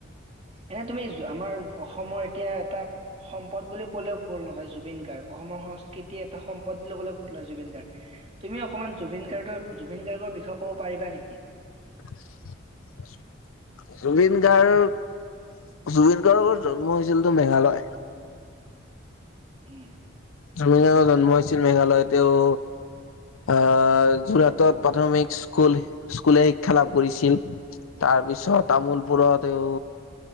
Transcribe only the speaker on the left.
<inaudible> জুবিন গাৰ্গ জুবিন গাৰ্গৰ জন্ম হৈছিল তোৰ মেঘালয়।
জুবিন গাৰ্গ জন্ম হৈছিল মেঘালয়ত। তেওঁ অ' যোৰহাটত প্ৰাথমিক স্কুল, স্কুলীয়া শিক্ষা লাভ কৰিছিল। তাৰপিছত তামুলপুৰত তেওঁ